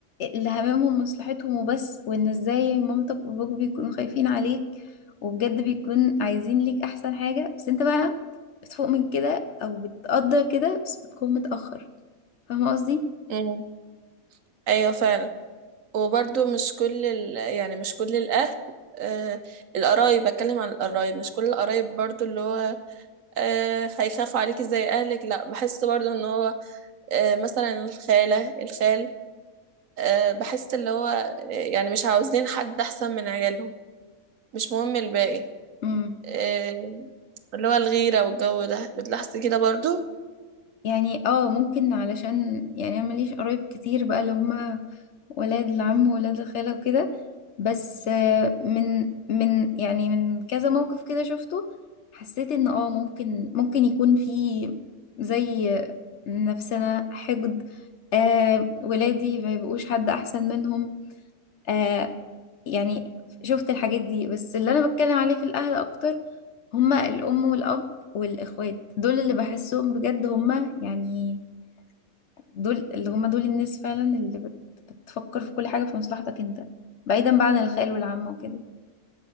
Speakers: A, on the left (about 60°); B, on the right (about 70°).
A: اللي هممهم مصلحتهم وبس وان ازاي مامتك وابوك بيكونوا خايفين عليك وبجد بيكون عايزين ليك احسن حاجة بس انت بقى بتفوق من كده او بتقدر كده بس بتكون متأخر فاهمة قصدي؟
B: مم. أيوة فعلا وبرضو مش كل ال... يعني مش كل الأهل آه القرايب بتكلم عن القرايب مش كل القرايب برضو اللي هو آه هيخافوا عليكي زي أهلك لا بحس برضو إن هو آه مثلا الخالة الخال آه بحس اللي هو آه، يعني مش عاوزين حد أحسن من عيالهم مش مهم الباقي
A: امم.
B: آه اللي هو الغيرة والجو ده بتلاحظي كده برضو
A: يعني اه ممكن علشان يعني انا ماليش قرايب كتير بقى اللي هما ولاد العم وولاد الخالة وكده بس آه، من من يعني من كذا موقف كده شفته حسيت ان اه ممكن ممكن يكون في زي نفسنا حقد آه ولادي ما يبقوش حد احسن منهم آه يعني شفت الحاجات دي بس اللي انا بتكلم عليه في الاهل اكتر هما الام والاب والاخوات دول اللي بحسهم بجد هما يعني دول اللي هم دول الناس فعلا اللي بت- بتفكر في كل حاجة في مصلحتك انت بعيدا بقى عن الخيال والعامة وكده